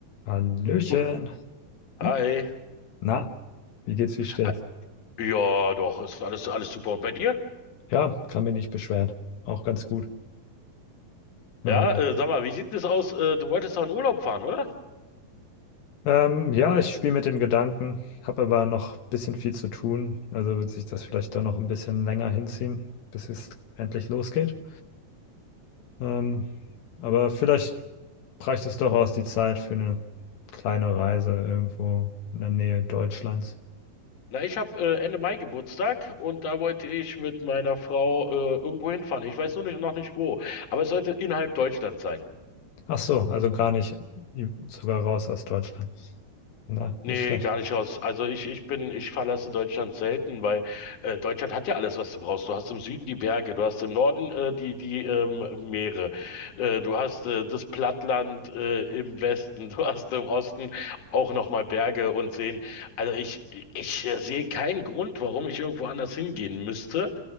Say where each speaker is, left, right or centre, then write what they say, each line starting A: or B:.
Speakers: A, on the left; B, on the left.
A: Hallöchen.
B: Huh,
A: Uh,
B: Hi.
A: Na, wie geht's, wie steht's?
B: Ah, Ja, doch, ist alles, alles super. Und bei dir?
A: Ja, kann mich nicht beschweren. Auch ganz gut. Ähm,
B: Ja, äh, sag mal, wie sieht denn das aus? Äh, du wolltest doch in Urlaub fahren, oder?
A: ähm, ja, ich spiele mit dem Gedanken, habe aber noch ein bisschen viel zu tun. Also wird sich das vielleicht dann noch ein bisschen länger hinziehen, bis es endlich losgeht. Ähm, aber vielleicht reicht es doch aus die Zeit für eine kleine Reise irgendwo in der Nähe Deutschlands.
B: Na, ich habe äh, Ende Mai Geburtstag und da wollte ich mit meiner Frau äh, irgendwo hinfahren. Ich weiß nur nicht, noch nicht wo. Aber es sollte innerhalb Deutschland sein.
A: Ach so, also gar nicht, sogar raus aus Deutschland. Na,
B: Nee,
A: nicht schlecht.
B: gar nicht aus. Also ich, ich bin, ich verlasse Deutschland selten, weil äh, Deutschland hat ja alles, was du brauchst. Du hast im Süden die Berge, du hast im Norden äh, die, die ähm, Meere, äh, du hast äh, das Plattland äh, im Westen, <laughs> du hast im Osten auch nochmal Berge und Seen. Also ich, ich äh, sehe keinen Grund, warum ich irgendwo anders hingehen müsste.